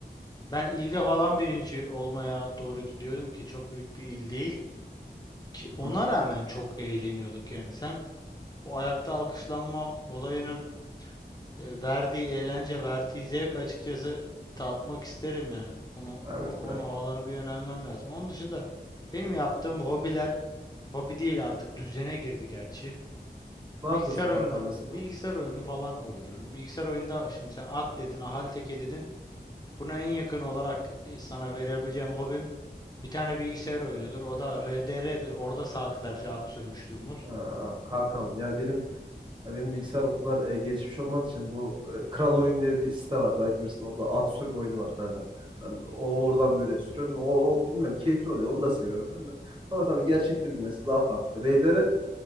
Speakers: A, on the left; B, on the right.
A: ben ilde falan birinci olmaya doğru gidiyordum ki çok büyük bir il değil. Ki
B: Hı
A: ona
B: hı.
A: rağmen çok eğleniyorduk yani sen o ayakta alkışlanma olayının e, verdiği eğlence, verdiği zevk açıkçası tatmak isterim yani. Onu o,
B: Evet
A: onu
B: evet.
A: o alana bir yönelmem lazım. Onun dışında benim yaptığım hobiler hobi değil artık düzene girdi gerçi. Bilgisayar
B: Ne yapıyorsun
A: oyunlar
B: kankam mesela?
A: bilgisayar oyunu falan oynuyorum. Bilgisayar oyunda şimdi sen at dedin, ahali teke dedin. Buna en yakın olarak e, sana verebileceğim hobim bir tane bilgisayar oyunudur. O da RDR'dir. Orada saatlerce at sürmüşlüğüm var.
B: Ha, kankam ya benim Ya benim bilgisayar o kadar e, gelişmiş olmadığı için bu e, Kral Oyun diye bir site var. Belki bilirsin orada at sürme oyunu var kankam yani. Ben o, oradan böyle sürüyorum. O, o bilmem keyifli oluyor. Onu da seviyorum ben de. Ama tabii gerçekte bilmesi daha farklı. RDR